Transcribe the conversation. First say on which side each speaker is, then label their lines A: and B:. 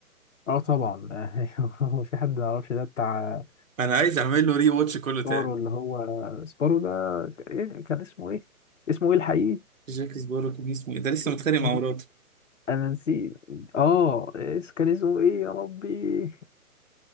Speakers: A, on the left (about 55°); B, on the right (about 60°).
A: اه طبعا <laughs> هو في حد ما يعرفش ده بتاع
B: أنا عايز أعمل له ري واتش كله تاني
A: سبارو اللي هو سبارو ده إيه كان اسمه ايه اسمه ايه الحقيقي
B: جاك سبارو كان اسمه إيه ده لسه متخانق
A: <laughs>
B: مع مراته
A: انا نسيت اه اس- كان اسمه ايه يا ربي